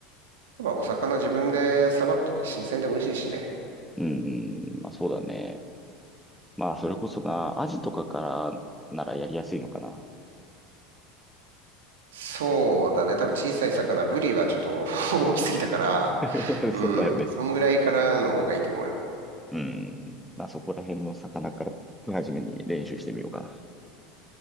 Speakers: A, on the right; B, in the centre.
A: まあ、お魚自分でさばくとね、新鮮で美味しいしね。
B: うんうん。まあそうだね。まあ、それこそな、アジとかからならやりやすいのかな。
A: そうだね。多分小さい魚、ブリはちょっと <laughs> 大きすぎたから、
B: <laughs>
A: うん、
B: そうだよね。
A: そんぐらいからの方がいいと思うよ。
B: うん。まあ、そこら辺の魚から手始めに練習してみようか